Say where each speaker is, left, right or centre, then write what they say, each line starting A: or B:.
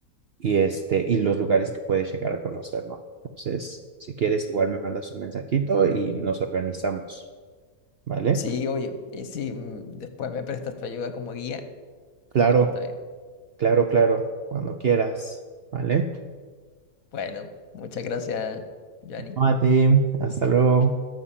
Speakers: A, on the right; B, on the left.
A: y, este, y los lugares que puedes llegar a conocer, ¿no? Entonces, si quieres, igual me mandas un mensajito y nos organizamos, ¿vale?
B: Sí, obvio. Y si mm, después me prestas tu ayuda como guía,
A: Claro,
B: mejor todavía.
A: claro, claro, cuando quieras, ¿vale?
B: Bueno, muchas gracias, Yanni.
A: No, a ti, hasta luego.